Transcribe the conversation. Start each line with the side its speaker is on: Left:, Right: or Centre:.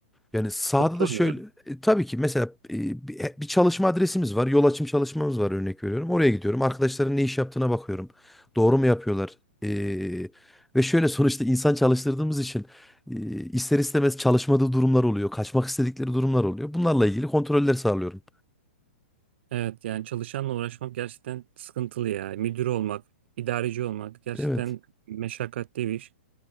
Centre: Yani sahada
Right: Kontrol
Centre: da şöyle
Right: mü?
Centre: e, tabii ki mesela e, bir, e, bir çalışma adresimiz var. Yol açım çalışmamız var örnek veriyorum. Oraya gidiyorum. Arkadaşların ne iş yaptığına bakıyorum. Doğru mu yapıyorlar? E, ve şöyle sonuçta insan çalıştırdığımız için e, ister istemez çalışmadığı durumlar oluyor. Kaçmak istedikleri durumlar oluyor. Bunlarla ilgili kontroller sağlıyorum.
Right: Evet. Yani çalışanla uğraşmak gerçekten sıkıntılı ya. Müdür olmak, idareci olmak gerçekten
Centre: Evet.
Right: meşakkatli bir iş.